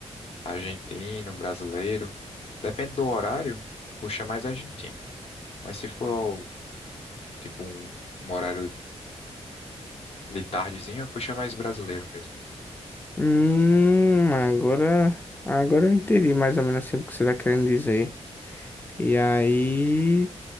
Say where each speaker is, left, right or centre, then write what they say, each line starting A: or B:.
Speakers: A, on the left (about 60°); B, on the left (about 15°).
A: Argentino, brasileiro. Depende do horário, puxa mais argentino. Mas se for, tipo, um, um horário de tardezinho, puxa mais brasileiro mesmo.
B: Hum, agora, agora eu entendi mais ou menos assim o que você tá querendo dizer. E aí